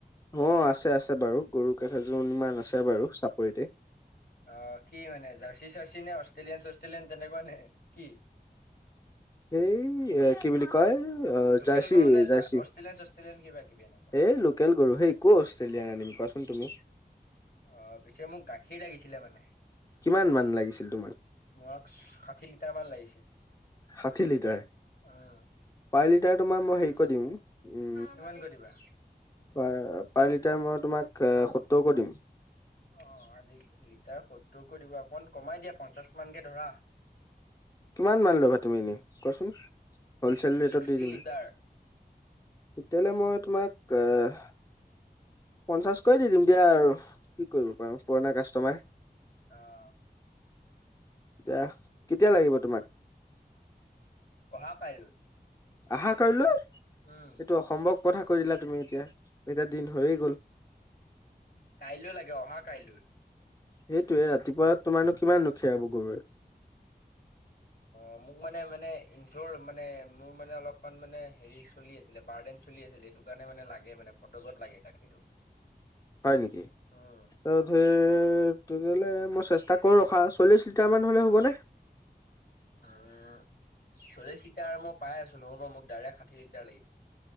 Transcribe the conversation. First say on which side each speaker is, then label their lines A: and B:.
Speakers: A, on the left (about 20°); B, on the left (about 65°).
A: অ আছে আছে বাৰু গৰু কাষজো ইমান আছে বাৰু চাপৰিতে,।
B: অ কি মানে জাৰ্চি চাৰ্চি নে অষ্ট্ৰেলিয়ান চষ্ট্ৰেলিয়ান তেনেকুৱা নে কি?
A: সেই এ কি বুলি কয় অ
B: লোকেল
A: জাৰ্চি
B: গৰু নে
A: জাৰ্চি
B: অষ্ট্ৰেলিয়ান চষ্ট্ৰেলিয়ান কিবা? কিবি এনেকুৱা
A: এই লোকেল গৰু হেই ক' অষ্ট্ৰেলিয়ান আনিম কোৱাচোন তুমি?
B: অ পিছে মোক গাখী লাগিছিলে মানে!
A: কিমান মান লাগিছিল তোমাক
B: মাক ষাঠি লিটাৰ মান লাগিছিল।
A: ষাঠি লিটাৰ।
B: উম
A: পাৰ লিটাৰ তোমাৰ মই হেৰি কৰি দিম উ
B: কিমানকৈ দিবা
A: প পাৰ লিটাৰ মই তোমাক সত্তৰকৈ দিম।
B: অ আজি লিটাৰ সত্তৰকৈ দিব অকণমান কমাই দিয়া পঞ্চাশ মানকে ধৰা।
A: কিমান মান ল'বা তুমি এনে কোৱাচোন, হলচেল ৰেটত
B: ছিক্সটি
A: দি দিম।
B: লিটাৰ
A: তেতিয়াহলে মই তোমাক এহ পঞ্চাশকৈ দি দিম দিয়া আৰু, কি কৰিব পাৰো পুৰণা কাষ্টমাৰ।
B: অ',
A: এতিয়া, কেতিয়া লাগিব তোমাক?
B: অহা কাইলৈ।
A: আহা কাইলৈ,
B: উম
A: এইটো অসম্ভৱ। কথা কৈ দিলা তুমি এতিয়া, এতিয়া দিন হৈয়ে গ'ল।
B: কাইলৈ লাগে অহা কাইলৈ।
A: সেইটোৱে ৰাতিপুৱা তোমাৰনো কিমাননো খিৰাব গৰুৱে।
B: অ', মোক মানে মানে <unintelligible> মানে মোৰ মানে অলপমান মানে হেৰি চলি আছিলে বাৰ্ডেন চলি আছিলে। সিটো কাৰণে মানে লাগে মানে <unintelligible> লাগে গাখীৰটো।
A: হয় নেকি
B: উম
A: ত ধেৰ তেতিয়াহ'লে মই চেষ্টা কৰোঁ ৰখা, চল্লিছ লিটাৰ মান হ'লে হ'বনে?
B: উম। চল্লিশ লিটাৰ মই পাই আছো নহ'ব মোক ডাইৰেক্ট ষাঠি লিটাৰ লাগি